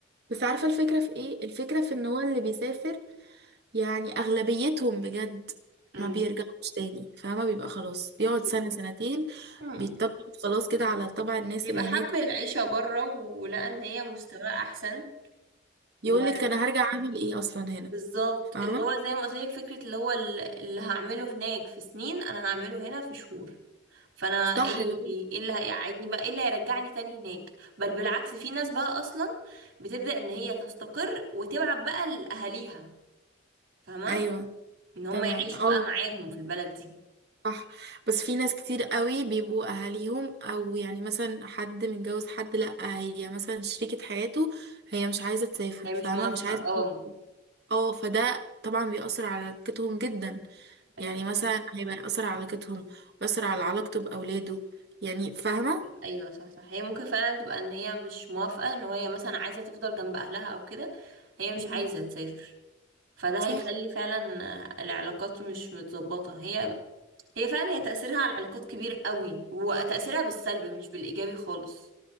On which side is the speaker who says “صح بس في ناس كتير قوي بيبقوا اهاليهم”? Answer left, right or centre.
Right